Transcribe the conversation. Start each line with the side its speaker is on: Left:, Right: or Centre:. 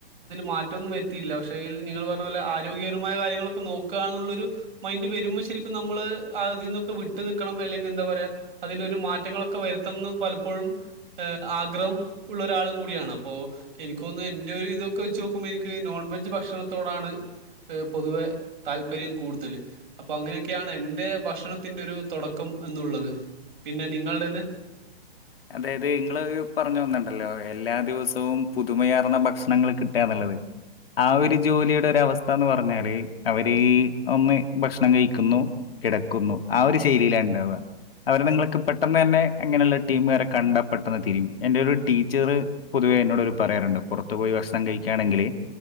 Right: മാറ്റൊന്നും വരുത്തിയില്ല പക്ഷെങ്കിൽ നിങ്ങൾ പറഞ്ഞ പോലെ ആരോഗ്യപരമായ കാര്യങ്ങളൊക്കെ നോക്കുക എന്നുള്ള ഒരു മൈൻ്റ് വരു... ശരിക്കും നമ്മള് അതിൽന്നൊക്കെ വിട്ടു നിക്കണം അല്ലെങ്കിൽ, എന്താ പറയാ, അതിലൊരു മാറ്റങ്ങളൊക്കെ വരുത്തണംന്ന്..... പലപ്പോഴും ആഗ്രഹം ഉള്ള ഒരാളും കൂടിയാണ്. അപ്പൊ എനിക്ക് തോന്നുന്നു എൻ്റെ ഒരിതൊക്കെ വെച്ച് നോക്കുമ്പോ എനിക്ക് നോൺവെജ് ഭക്ഷണത്തോടാണ്........ പൊതുവെ താല്പര്യം കൂടുതൽ അപ്പൊ അങ്ങനെയൊക്കെയാണ് എൻന്റെ ഭക്ഷണത്തിന്റെ ഒരു തുടക്കം... എന്നുള്ളത് പിന്നെ നിങ്ങൾടേത്.....
Left: അതായത് നിങ്ങള് പറഞ്ഞ ഒന്ന്ണ്ടല്ലോ, എല്ലാ ദിവസവും പുതുമയാർന്ന ഭക്ഷണങ്ങൾ കിട്ടാന്ന്ള്ളത്..... ഉള്ളത്....... ആ ഒരു ജോലിയുടെ ഒരവസ്ഥ എന്ന് പറഞ്ഞാല് അവര് ഒന്ന് ഭക്ഷണം കഴിക്കുന്നു, കിടക്കുന്നു ആ ഒരു ശൈലിയിലാണ്ടാവാ അവരെ നിങ്ങൾക്ക് പെട്ടെന്ന് തന്നെ അങ്ങനെള്ള ടീം കാരെ കണ്ടാ പ്പെട്ടൊന്ന് തിരിയും. എന്റെ ഒരു ഒരു ടീച്ചറ് പൊതുവേ എന്നോട് പറയാറുണ്ട് പുറത്തു പോയി ഭക്ഷണം കഴിക് ക്കാണെങ്കില്